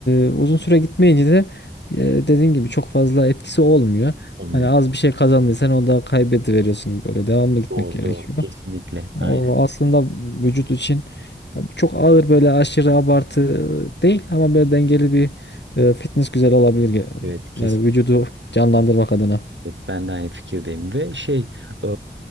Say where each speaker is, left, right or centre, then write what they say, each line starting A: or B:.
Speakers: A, on the left; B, on the right.
A: e, uzun süre gitmeyince de e, dediğin gibi çok fazla etkisi olmuyor.
B: olmuyor.
A: Hani az bir şey kazandıysan o da kaybediveriyorsun gibi oluyor. Devamlı gitmek
B: Doğru
A: gerekiyor.
B: doğru kesinlikle.
A: O
B: Aynen.
A: aslında vücut için ya çok ağır böyle aşırı abartı değil ama böyle dengeli bir e, fitness güzel olabilir. ge-
B: Evet kesin.
A: Yani vücudu canlandırmak adına.
B: Evet, ben de aynı fikirdeyim ve şey e,